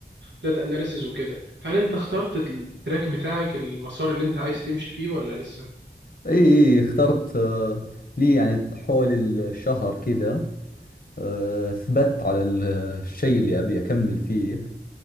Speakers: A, on the right; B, on the left.
A: داتا اناليسز وكده هل انت اخترت التراك بتاعك المسار اللي انت عايز تمشي فيه ولا لسه
B: اي اي اخترت آه، لي يعني حول الشهر كذا آه، ثبت على ال- الشيء اللي ابي اكمل فيه